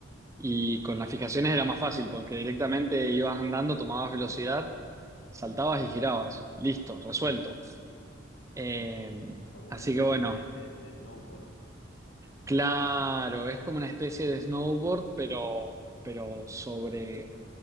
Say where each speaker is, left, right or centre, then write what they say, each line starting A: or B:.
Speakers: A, on the right (about 15°); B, on the left (about 65°).
A: Y con las fijaciones era más fácil porque directamente ibas andando, tomabas velocidad, saltabas y girabas. Listo, resuelto. Eh,
B: como
A: así
B: una especie
A: que bueno.
B: de, de, de snowboard,
A: Claro, es como una especie de snowboard, pero, pero sobre,